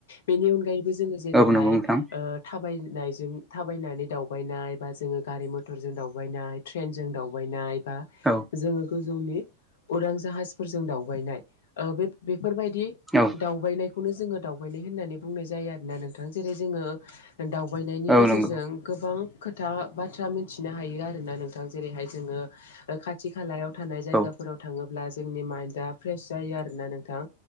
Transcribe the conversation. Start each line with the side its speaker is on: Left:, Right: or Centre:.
Left: बिनि अनगायै जोङो जेरैहाय
Centre: औ नंगौ नोंथां
Left: ओ थाबाय नायजों थाबायनानै दावबायनाय बा जोङो गारि मथरजों दावबायनाय ट्रेनजों दावबायनाय
Centre: औ
Left: जोङो गोजौनि उरां जाहासफोरजों दावबायनाय <unintelligible> बेफोरबायदि
Centre: औ
Left: दावबायनायखौनो जोङो दावबायनाय होननानै बुंनाय जायो आरोना नोंथां जेरै जोङो दावबायनायनि गेजेरजों
Centre: औ नंगौ
Left: गोबां खोथा बाथ्रा मिथिनो हायो आरोना नोंथां जेरैहाय जोङो खाथि खालायाव थानाय जायगाफोराव
Centre: औ
Left: थाङोब्ला जोंनि माइन्द आ प्रेस जायो आरोना नोंथां